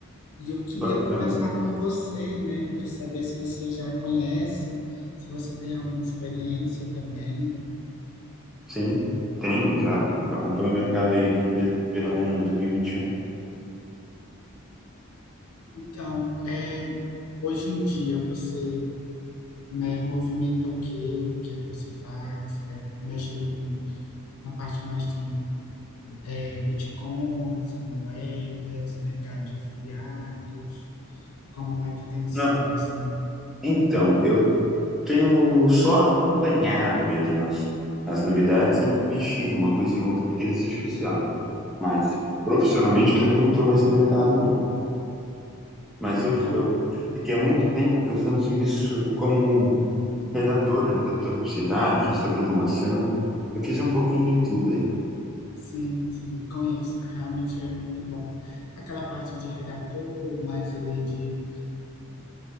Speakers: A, on the left; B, in the centre.
A: E eu queria
B: Bacana.
A: conversar com você, né, para saber se você já conhece, se você tem alguma experiência também.
B: Sim, tenho, já acompanho o mercado aí desde pelo menos 2021.
A: Então, é, hoje em dia você né, movimenta o quê, o que é que você faz, é, mexe ali com a parte mais de é, bitcoins, com moedas, mercado de afiliados, como é que tem sido,
B: Não,
A: assim.
B: então, eu tenho só acompanhado mesmo as, as novidades e mexido uma coisa em outra com inteligência artificial. Mas profissionalmente eu também não tô mais no mercado, não. Mas
A: Ah,
B: eu,
A: então,
B: eu fiquei há muito tempo prestando serviço como redator, né? Redator publicitário, gestor de automação. Eu fiz um pouquinho de tudo aí.
A: sim, sim, conheço, Ah, realmente é muito bom. Aquela parte de redator, mais ali de,